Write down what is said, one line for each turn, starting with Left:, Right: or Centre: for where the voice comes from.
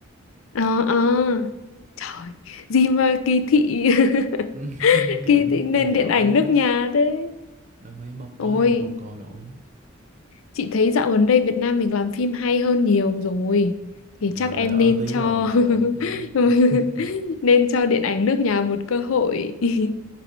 Left: ờ ờ trời gì mà kỳ thị <laughs>
Right: <laughs> Kiểu
Left: kỳ thị nền
Right: nó dở
Left: điện ảnh
Right: quá,
Left: nước nhà thế
Right: nó máy móc quá
Left: ôi
Right: em không coi nổi.
Left: Chị thấy dạo gần đây Việt Nam mình làm phim hay hơn nhiều rồi. Thì
Right: giờ
Left: chắc em
Right: là đỡ
Left: nên
Right: tí
Left: cho
Right: rồi
Left: <laughs>
Right: đỡ tí <laughs>
Left: nên cho điện ảnh nước nhà một cơ hội. <laughs>